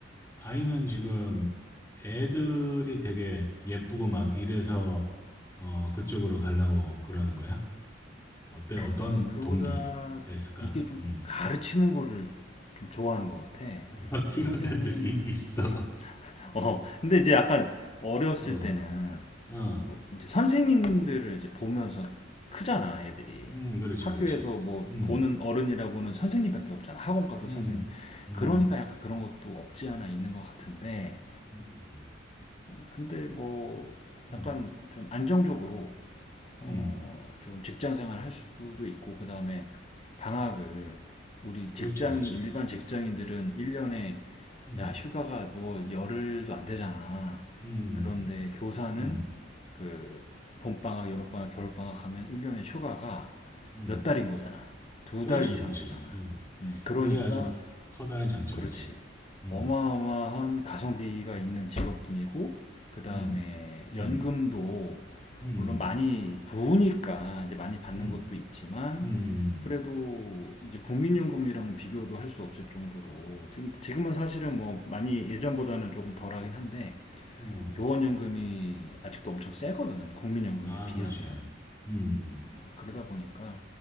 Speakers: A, on the left; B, on the left.
A: 아이는 지금 애들이 되게 예쁘고 막 이래서 어, 그쪽으로 가려고 그러는 거야? 어때? 어떤
B: 아, 그거보다
A: 동기가 있을까?
B: 이게 좀
A: 음.
B: 가르치는 거를 좀 좋아하는 것 같아.
A: <laughs> 그런
B: 선생님,
A: 애들이 있어.
B: <laughs> 어, 근데 이제 약간 어렸을
A: 어,
B: 때는
A: 어,
B: 이제 선생님들을 이제 보면서 크잖아, 애들이.
A: 음, 그렇지,
B: 학교에서
A: 그렇지.
B: 뭐
A: 음,
B: 보는 어른이라고는 선생님밖에 없잖아. 학원 가도
A: 음,
B: 선생님.
A: 음,
B: 그러니까 약간 그런 것도 없지 않아 있는 것 같은데,
A: 음, 음,
B: 근데 뭐
A: 음,
B: 약간 좀 안정적으로 어,
A: 음.
B: 좀 직장 생활 할 수도 있고 그 다음에 방학을 우리 직장
A: 그렇지, 그렇지.
B: 일반 직장인들은 1년에
A: 음,
B: 야 휴가가 뭐 열흘도 안 되잖아.
A: 음, 음,
B: 그런데 교사는
A: 음,
B: 그 봄방학, 여름방학, 겨울방학 하면 1년에 휴가가
A: 음.
B: 몇 달인 거잖아. 두
A: 그렇지,
B: 달 이상
A: 그렇지.
B: 되잖아.
A: 음,
B: 음, 그러니까
A: 그게 아주 커다란 장점이지.
B: 그렇지.
A: 음,
B: 어마어마한 가성비가 있는 직업군이고 그 다음에
A: 음, 음,
B: 연금도
A: 음,
B: 물론 많이
A: 음.
B: 부으니까 이제 많이 받는
A: 음.
B: 것도 있지만
A: 음 음,
B: 그래도 이제 국민연금이랑 비교도 할 수 없을 정도로 지금 지금은 사실은 뭐 많이 예전보다는 조금 덜하긴 한데
A: 음. 어.
B: 교원연금이 아직도 엄청 세거든 국민연금에
A: 아
B: 비하면
A: 그렇지. 음. 음.
B: 그러다 보니까